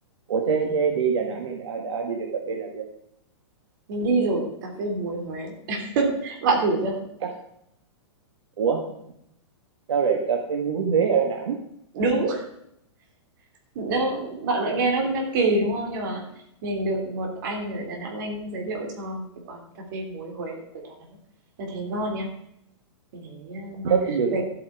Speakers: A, on the right (about 75°); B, on the right (about 45°).
A: ủa thế,
B: thì
A: thế đi Đà Nẵng này đã đã đi được cà phê nào chưa?
B: mình đi rồi cà phê muối Huế bạn thử chưa
A: Cà, ủa sao lại cà phê muối Huế ở Đà Nẵng?
B: đúng đâu bạn vẫn nghe nó nó kỳ đúng không nhưng mà mình được một anh ở Đà Nẵng anh giới thiệu cho cái quán cà phê muối Huế ở Đà Nẵng là thấy ngon nha mình thấy ờ, ngon
A: Giá trên đường
B: về
A: không?